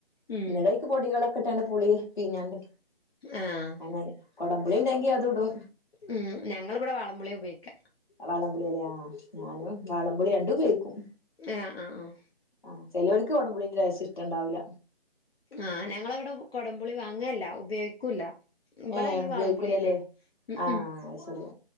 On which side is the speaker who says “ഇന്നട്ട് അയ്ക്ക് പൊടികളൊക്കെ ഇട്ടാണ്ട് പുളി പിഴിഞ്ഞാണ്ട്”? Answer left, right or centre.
Left